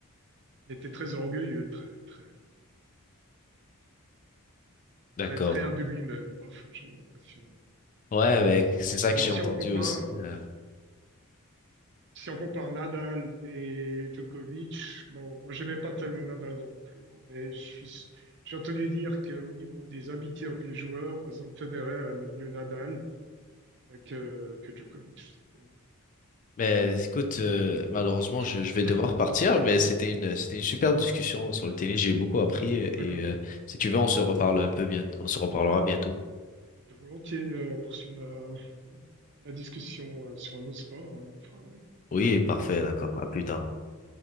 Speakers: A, on the right; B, on the left.
A: il était très orgueilleux, très, très,
B: D'accord.
A: très, très imbu de lui-même, parfois, j'ai l'impression.
B: Ouais, ouais, c'est ça
A: Alors,
B: que j'ai
A: si
B: entendu
A: on compare,
B: aussi.
A: ouais,
B: euh,
A: si on compare Nadal et Djokovic, bon, moi, j'aimais pas tellement Nadal non plus, hein, mais je suis- j'ai entendu dire qu'au niveau des amitiés entre les joueurs, par exemple, Federer aimait mieux Nadal euh, que, que Djokovic, certainement.
B: Mais écoute, euh, malheureusement,
A: Je
B: je,
A: sais pas.
B: je vais devoir partir, mais c'était une, c'était une super discussion sur le tennis. J'ai beaucoup appris et
A: D'accord.
B: euh, si tu veux, on se reparle un peu bientôt, on se reparlera bientôt.
A: On peut volontiers euh, poursuivre la, la discussion euh, sur un autre sport, une autre fois, oui.
B: Oui,
A: Ok.
B: parfait, d'accord. À plus tard.